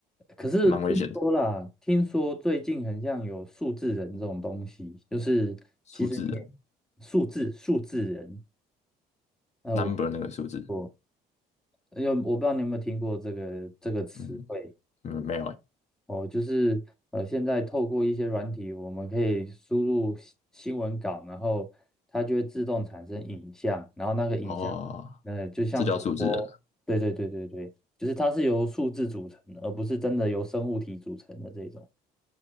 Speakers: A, in the centre; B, on the left (about 40°).
A: 可是听说啦，
B: 蛮危险的。
A: 听说最近很像有数字人这种东西，就是其实你也
B: 数字人
A: 数字数字人，呃，
B: ，number 那个数字，
A: 我有我不知道你有没有听过这个这个词汇
B: 嗯嗯，没有哎、
A: 哦，就是呃，现在透过一些软体，我们可以输入新新闻稿，然后它就会自动产生影像，然后那个影像，
B: 哦，
A: 呃，就像主播，
B: 这叫数字人啊
A: 对对对对对，就是它是由数字组成，而不是真的由生物体组成的这种。